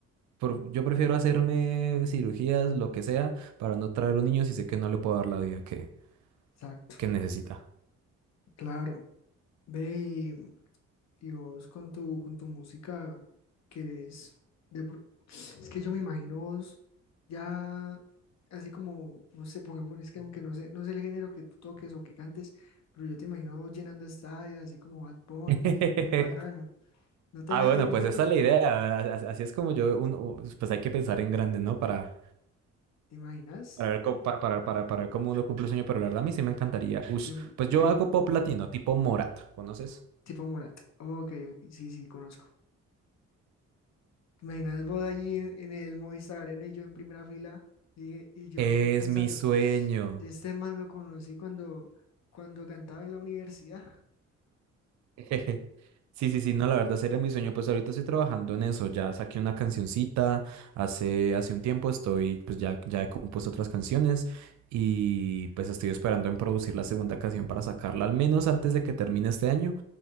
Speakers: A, on the right; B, on the left.
A: por- yo prefiero hacerme cirugías, lo que sea, para no traer un niño si sé que no le puedo dar la vida que,
B: Exacto.
A: que necesita.
B: Claro. Ve y Y vos con tu, con tu música querés... de pro- es que yo me imagino vos ya así como, no sé, pongamos es que aunque no sé, no sé el género que tú toques o que cantes, pero yo te imagino a vos llenando estadios, así como Bad Bunny,
A: <laughs>
B: bien bacano. ¿No te
A: Ah,
B: dejas
A: bueno,
B: en un
A: pues
B: futuro?
A: esa es la idea. a- a- Así es como yo, uno, pues hay que pensar en grande, ¿no? para
B: ¿Te imaginas?
A: Para ver, cómo- para, para, para, para ver cómo uno cumple el sueño, pero la verdad a mí sí me encantaría. Ush,
B: Bien,
A: pues yo
B: prim-
A: hago pop latino, tipo Morata, ¿conoces?
B: tipo Morat. Ok, ok, sí, sí, conozco. imaginas vos allí en, en el Movistar Arena y yo en primera fila y, y yo
A: Es
B: pensando,
A: mi sueño.
B: yo este man lo conocí cuando, cuando cantaba en la universidad.
A: <laughs> Jejeje. Sí, sí, sí, no, la verdad sería mi sueño. Pues ahorita estoy trabajando en eso. Ya saqué una cancioncita hace, hace un tiempo. Estoy, pues ya, ya he compuesto otras canciones y pues estoy esperando en producir la segunda canción para sacarla, al menos antes de que termine este año.